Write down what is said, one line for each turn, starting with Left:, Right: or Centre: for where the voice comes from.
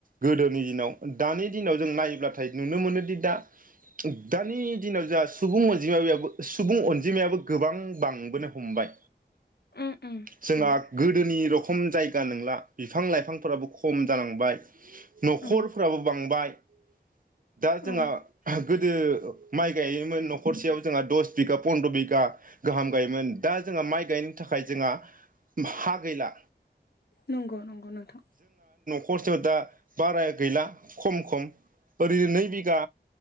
Right: गोदोनि दिनाव दानि दिनाव जों नायोब्लाथाय नुनो मोनोदि दा दानि दिनाव जा सुबुं अनजिमायाबो सुबुं अनजिमायाबो गोबां बांबोनो हमबाय।
Left: उम उम
Right: जोंहा
Left: हमबाय
Right: गोदोनि र खम जायगा नोंला बिफां लाइफांफोराबो खम जालांबाय। न'खरफोराबो
Left: औ
Right: बांबाय <inaudible> दा जोंहा
Left: औ
Right: गोदो माइ गायोमोन न'खरसेयाव जोंहा दस बिगा फनद्र बिगा गाहाम गायोमोन दा जोंहा माइ गायनो थाखाय जोंहा हा गैला।
Left: नंगौ नंगौ नोंथां।
Right: खरसेयाव दा बाराया गैला खम खम ओरैनो नै बिगा